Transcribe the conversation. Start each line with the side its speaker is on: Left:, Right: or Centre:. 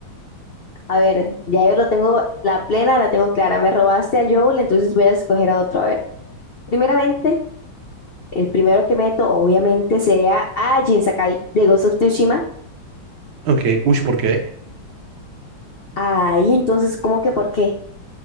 Left: a ver, ya yo lo tengo, la plena la tengo clara. Me robaste a Joel, entonces voy a escoger a otro. A ver, primeramente. El primero que meto, obviamente, sería a Jin Sakai de Ghost of Tsushima.
Right: Ok, uy, ¿por qué?
Left: Ahí, entonces, ¿cómo que por qué?